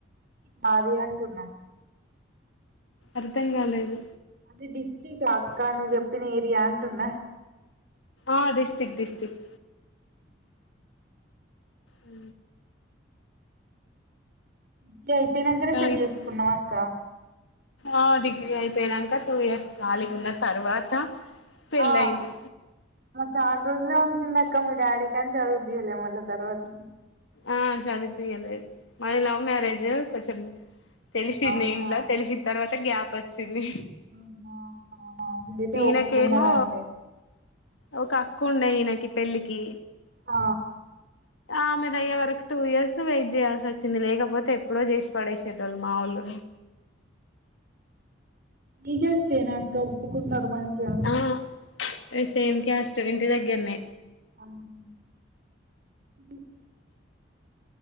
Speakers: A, on the right; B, on the left.
A: నాది అంటున్నా
B: అర్థం కాలేదు
A: అది డిస్టక్ అక్కా నువ్వు చెప్పిన ఏరియా అంటున్నా
B: ఆ డిస్టిక్ డిస్టిక్ ఆ
A: ఇట్లా ఐపోనాకనే
B: ఇంకా
A: పెళ్లి
B: ఇప్పుడు
A: చేసుకున్నావ అక్క
B: ఆ డిగ్రీ అయిపోనాక టూ ఇయర్స్ ఖాళీగా ఉన్న తర్వాత పెళ్ళయింది
A: ఆ చాలా రోజులే అంటుంది అక్క మీ డాడీ కాని చదువుపియలే మళ్ళ తర్వాతకి
B: ఆ చదువు పీయలేదు మాది లవ్ మ్యరేజ్ కొంచెం తెలిసింది
A: అవునా
B: ఇంట్లో
A: ఆహా
B: తెలిసిన తర్వాత గ్యాప్ వచ్చింది
A: <unintelligible> ఆ నిజం
B: ఈయనకేమో
A: ఒప్పుకున్నారండి
B: ఒక అక్క ఉండే ఈయనకి పెళ్ళికి
A: ఆ
B: ఆమెదయ్యే వరకు టూ ఇయర్స్ వెయిట్ చేయాల్సి వచ్చింది లేకపోతే ఎప్పుడో చేసి పడేషటోళ్లు మామూలుగా
A: దిగేస్తేనా అక్క ఒప్పుకున్నారు మంచిగా
B: ఆ సేమ్ క్యాస్ట్ ఇంటి దగ్గరనే
A: ఆహ